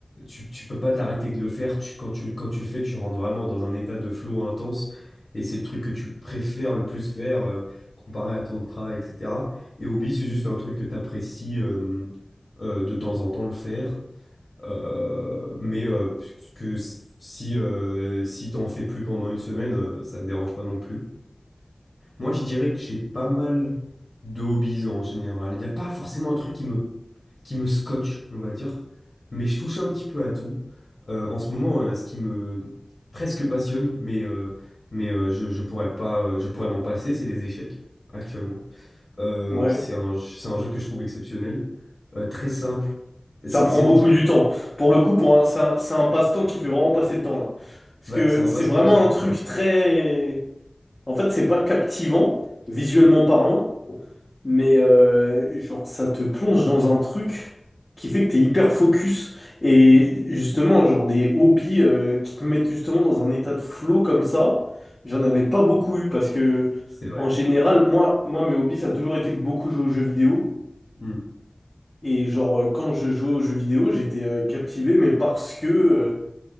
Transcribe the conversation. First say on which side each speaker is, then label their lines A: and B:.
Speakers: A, on the left (about 60°); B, on the left (about 30°).
A: Tu, tu peux pas t'arrêter de le faire. Tu- quand tu, le- quand tu le fais, tu rentres vraiment dans un état de flow intense. Et c'est le truc que tu préfères le plus faire, euh, comparé à ton travail, etc. Et hobby, c'est juste un truc que tu apprécies de temps en temps le faire. Euh, mais euh, que si, euh, si t'en fais plus pendant une semaine, euh, ça te dérange pas non plus. Moi, je dirais que j'ai pas mal de hobbies en général. Il n'y a pas forcément un truc qui me, qui me scotche, on va dire. Mais je touche un petit peu à tout. Euh, en ce moment, euh, ce qui me presque passionne, mais, euh, mais euh, je, je pourrais pas, euh, je pourrais m'en passer, c'est les échecs, actuellement. Euh,
B: Ouais.
A: c'est un, c'est un jeu que je trouve exceptionnel, euh, très simple. C'est
B: Ça prend
A: c'est
B: beaucoup
A: le type.
B: du temps. Pour le coup, pour un, c'est un, c'est un passe-temps qui fait vraiment passer le temps, là. Parce
A: bah,
B: que
A: c'est un
B: c'est
A: passe-temps
B: vraiment
A: qui...
B: un truc
A: ouais.
B: très... En fait, c'est pas captivant, visuellement parlant, mais euh, genre, ça te plonge dans un truc qui fait que t'es hyper focus. Et justement, genre des hobbies euh, qui te mettent justement dans un état de flow comme ça, j'en avais pas beaucoup eu parce que,
A: C'est vrai.
B: en général, moi, moi mes hobbies, ça a toujours été de beaucoup jouer aux jeux vidéo.
A: Mm.
B: Et genre, euh, quand je jouais aux jeux vidéo, j'étais euh, captivé, mais parce que euh,